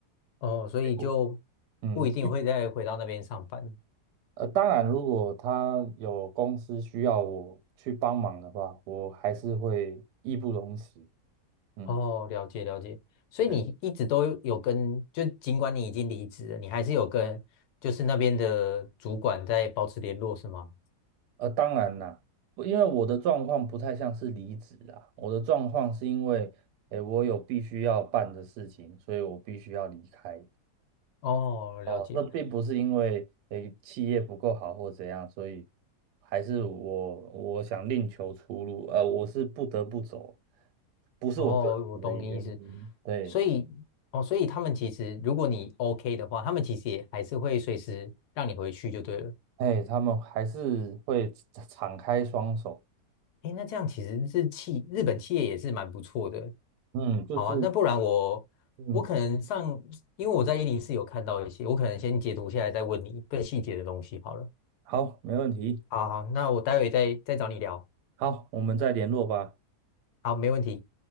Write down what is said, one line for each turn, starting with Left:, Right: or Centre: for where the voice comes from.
Left: 哦，所以就
Right: 结果嗯，
Left: 不一定会再回到那边上班。
Right: 基呃，当然，如果他有公司需要我去帮忙的话，我还是会义不容辞。嗯。
Left: 哦，了解了解。所以你一直都有跟，
Right: 对。
Left: 就尽管你已经离职了，你还是有跟，就是那边的主管在保持联络，是吗？
Right: 呃，当然啦，不因为我的状况不太像是离职啊，我的状况是因为，诶，我有必须要办的事情，所以我必须要离开。
Left: 哦，了解。
Right: 哦，这并不是因为，诶，企业不够好或怎样，所以还是我我想另求出路，呃，我是不得不走，不是我个人的原因。
Left: 哦，我懂你意思。
Right: 对，
Left: 所以，哦，所以他们其实，如果你 OK 的话，他们其实也还是会随时让你回去就对了。
Right: 哎，他们还是会敞开双手，
Left: 诶，那这样其实日企日本企业也是蛮不错的。
Right: 嗯，就是，
Left: 好啊，那不然我我可能上，
Right: 嗯，
Left: 因为我在一零四有看到一些，我可能先截图下来再问你更细节的东西好了。
Right: 好，没问题，
Left: 好好，那我待会再再找你聊。
Right: 好，我们再联络吧。
Left: 好，没问题。